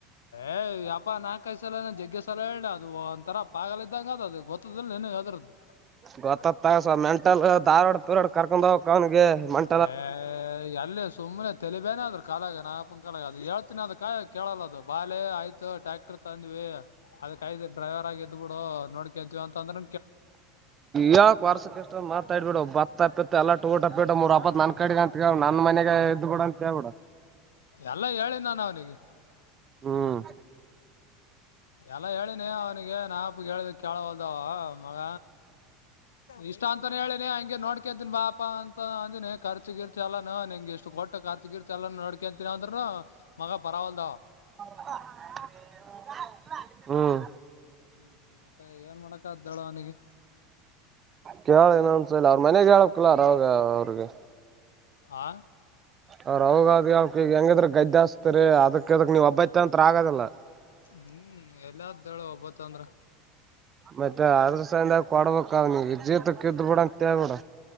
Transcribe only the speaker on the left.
ಏ ಯಪ ನಾ ಕಾಯಿಸಲಾನ ಜಗ್ಗೆಸಲ ಹೇಳ ಅದು ಒಂಂತರ ಪಾಗಲ ಇದ್ದಂಗ ಅದ ಅದು ಗೊತ್ತದಿಲ್ಲ ಏನ ಯಾವ್ದದಾರ್ದು
ಏ ಅಲ್ಲೇ ಸುಮ್ಮ್ನೆ ತಲಿಬೇನೆ ಅದ್ರ ಕಾಲಾಗ ನಾಪನ್ ಕಾಲಾಗ ಅದ ಹೇಳ್ತೀನಿ ಅದ ಕಾಯ ಕೇಳಲ್ಲ ಬಾಾಲೆ ಆಯ್ತು ಟ್ಯಾಕ್ಟರ್ ತಂದ್ ಅದಕ್ಾಯಯ್ ಡ್ರೈರ್ ಆಗಿ ಎದ್ ಬಿಡು ನೋಡ್ಕದ್ವಿ ಅಂತ ಅಂದ್ರ
ಎಲ್ಲ ಹೇಳಿ ನಾನು ಅವನಿಗೆ
ಎಲ್ಲ ಹೇಳಿನಿ ಅವನಿಗೆ ನಾಪ ಹೇಳಿದ ಕೇಳ ಹೊಲ್ದಾವ ಮಗ ಇಷ್ಟ ಅಂತಾನ ಹೇಳಿನಿ ಹಂಗೆ ನೋಡ್ಕಂತನ್ಿ ಬಾಪಾ ಅಂತ ಅಂದಿನಿ ಖರ್ಚಗ ಇರ್ತ ಅಲ್ಲಾನ ನಿ ಎಷ್ಟು ಕೊಟ್ಟ ಕಾರ್ತಿಕೀರ್ ಚಲನ ನಡಕಂತಿನನ ಅಂದ್ರನ ಮಗ ಪರವಲ್ದಾವ
ಹ್ಮ್ ಮತ್ತೆ ಏನ್ ಮಾಡಕದ್ದಾಳ ಅವನಿಗೆ
ಆ
ಹ್ಮ್ ಎಲ್ಲಾದ್ದಳು ಒಬ್ಬತ್ತ ಅಂದ್ರ